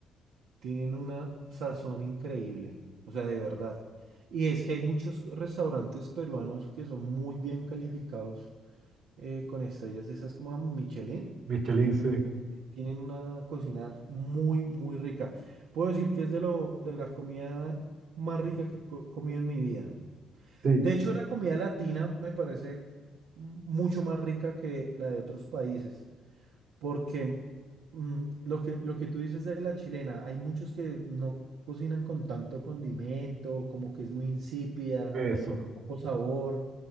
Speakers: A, on the right; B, on the right.
A: Tienen una sazón increíble. O sea, de verdad. Y es que hay muchos co- restaurantes peruanos que son muy bien calificados eh, con estrellas de esas como Michelin.
B: Michelin, sí.
A: Tienen una cocina muy, muy rica. Puedo decir que es de lo, de la comida más rica que co- comí en mi vida.
B: Sí,
A: De hecho, la comida latina me parece mm, mucho más rica que la de otros países. porque mm, lo que, lo que tú dices de la chilena, hay muchos que no cocinan con tanto condimento, como que es muy insípida,
B: eso.
A: poco sabor.